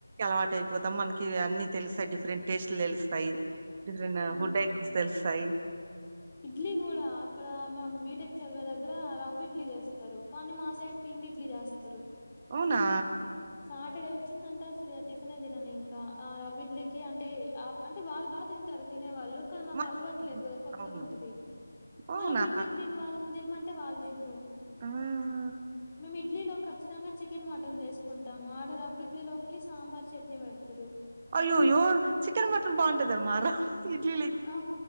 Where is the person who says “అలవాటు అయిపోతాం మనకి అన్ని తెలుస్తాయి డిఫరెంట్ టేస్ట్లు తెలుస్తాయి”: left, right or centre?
Right